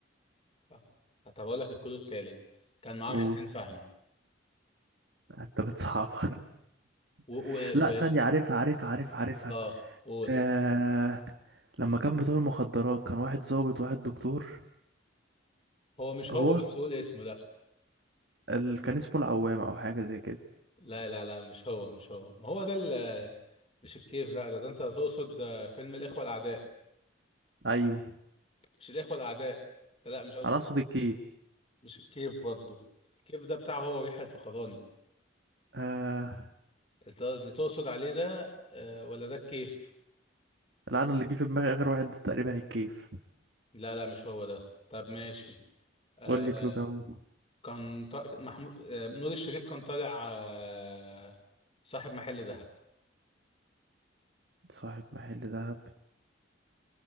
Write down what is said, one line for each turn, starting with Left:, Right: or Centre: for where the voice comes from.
Left: آه، طب هقول لك الكيلو التالت كان معاهم
Right: و
Left: حسين فهمي
Right: أنت بتصعبها
Left: و و
Right: <laughs> لا
Left: و
Right: ثانية عارفها عارفها عارفها عارفها
Left: اه قول
Right: آه لما كان بتوع المخدرات كان واحد ضابط وواحد دكتور
Left: هو مش
Right: هو
Left: هو بس قول اسمه لا
Right: ال... كان اسمه العوام او حاجه زي كده
Left: لا لا لا مش هو مش هو ما هو ده ال- مش الكيف لا ده, ده انت تقصد آه، فيلم الاخوه الاعداء
Right: ايوه
Left: مش الإخوة الأعداء لا مش قصدي
Right: انا اقصد الكيف
Left: مش الكيف برضه الكيف ده بتاعه هو ويحيى الفخراني
Right: آه
Left: الت- اللي تقصد عليه ده آه ولا ده الكيف
Right: لا انا اللي جه في دماغي اخر واحد ده تقريبا الكيف
Left: لا لا مش هو ده طب ماشي آه
Right: قول لي كلو كمان
Left: كان ط... محمود آه نور الشريف كان طالع آه صاحب محل ذهب
Right: صاحب محل ذهب